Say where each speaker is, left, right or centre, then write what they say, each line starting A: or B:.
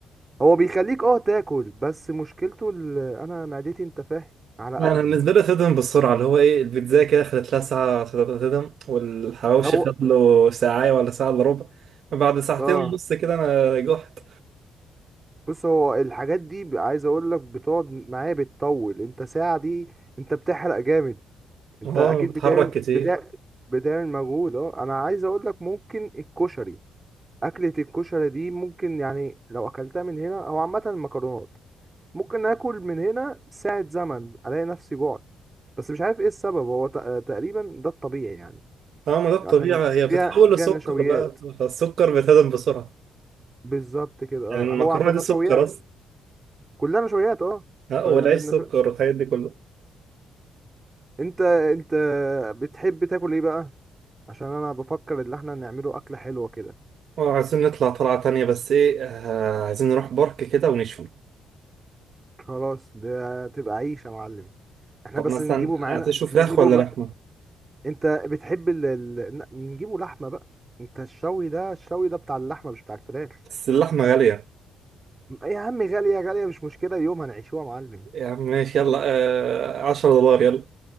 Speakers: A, on the right; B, on the right.
A: هو بيخليك اه تاكل بس مشكلته ال... انا معدتي انت فاهم على
B: لا،
A: قدي
B: انا بالنسبه لي تدم بالسرعه اللي هو ايه البيتزا كده خدت لها ساعه تدم والحواوشي
A: هو
B: خد له ساعه ولا ساعه الا ربع بعد ساعتين
A: اه
B: ونص كده انا جحت
A: بص هو الحاجات دي ب- عايز اقول لك بتقعد معايا بتطول انت ساعة دي انت بتحرق جامد انت
B: اه
A: اكيد
B: بتحرك
A: بتعمل
B: كتير
A: بتاع بتعمل مجهود اه انا عايز اقول لك ممكن الكشري اكلة الكشري دي ممكن يعني لو اكلتها من هنا او عامة المكرونات ممكن اكل من هنا ساعة زمن الاقي نفسي جوعت بس مش عارف ايه السبب هو تق- تقريبا ده الطبيعي يعني
B: اه ما ده الطبيعه
A: عشان
B: هي
A: فيها
B: بتتحول
A: فيها
B: لسكر
A: نشويات
B: بقى فالسكر بيتهضم بسرعه
A: بالظبط كده اه
B: يعني المكرونه
A: هو عشان
B: دي
A: نشويات
B: سكر اصلا
A: كلها نشويات اه
B: آه،
A: فالنشويات
B: والعيش سكر والحاجات دي كله
A: انت انت بتحب تاكل ايه بقى عشان انا بفكر ان احنا نعمله اكله حلوه كده
B: اه عايزين نطلع طلعه تانية بس ايه آه عايزين نروح بارك كده ونشوي
A: خلاص ده تبقى عيش يا معلم احنا
B: طب
A: بس
B: مثلا
A: نجيبه معانا
B: هتشوي فراخ
A: نجيبه
B: ولا
A: ما
B: لحمه
A: انت بتحب ال... ال... ن- نجيبه لحمه بقى انت الشوي ده الشوي ده بتاع اللحمه مش بتاع الفراخ
B: بس اللحمه غاليه
A: يا عم غاليه غاليه مش مشكله يوم هنعيشوها يا معلم
B: يا عم ماشي يلا آه 10 دولار يلا